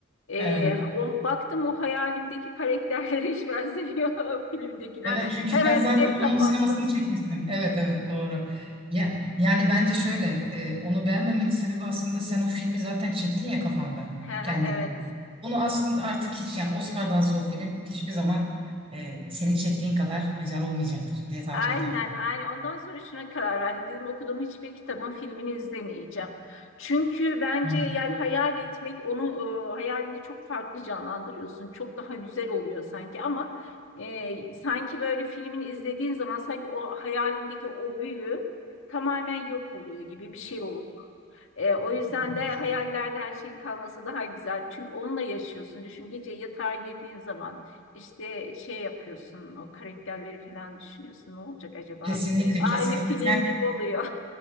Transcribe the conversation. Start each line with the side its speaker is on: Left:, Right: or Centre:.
Left: Ee,
Right: Evet.
Left: o baktım o hayalimdeki karakterlere hiç benzemiyor <laughs> filmdekiler.
Right: Evet çünkü
Left: Hemen
Right: sen zaten
Left: direkt
Right: onun
Left: kapattım.
Right: sinemasını çekmişsin. Evet evet doğru. Ya yani bence şöyle e, onu beğenmemenin sebebi aslında sen o filmi zaten çektin ya kafanda
Left: <laughs>
Right: kendine.
Left: Evet.
Right: göre. Bunu aslında artık hiç yani Oscar'dan sonra o film hiçbir zaman e, senin çektiğin kadar güzel olmayacaktır diye tahmin
Left: Aynen,
Right: ediyorum.
Left: aynen. Ondan sonra şuna karar verdim. Dedim okuduğum hiçbir kitabın filmini izlemeyeceğim. Çünkü bence
Right: Hı.
Left: yani hayal etmek onu e, hayalini çok farklı canlandırıyorsun. Çok daha güzel oluyor sanki ama e, sanki böyle filmini izlediğin zaman sanki o hayalindeki o büyü tamamen yok oluyor gibi bir şey oluyor. E, o yüzden
Right: Evet.
Left: de hayallerde her şeyin kalması daha güzel. Çünkü onunla yaşıyorsun. Düşün gece yatağa girdiğin zaman işte şey yapıyorsun. O karakterleri falan düşünüyorsun. Ne olacak acaba?
Right: Kesinlikle
Left: Aynı
Right: kesinlikle
Left: film
Right: sen
Left: gibi oluyor.